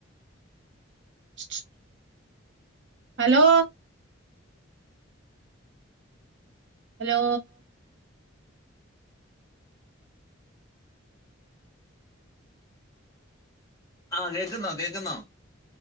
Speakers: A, on the right (about 60°); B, on the left (about 15°).
A: ശു ശു ഹലോ ഹലോ
B: ആ കേക്കുന്നോ കേൾക്കുന്നോ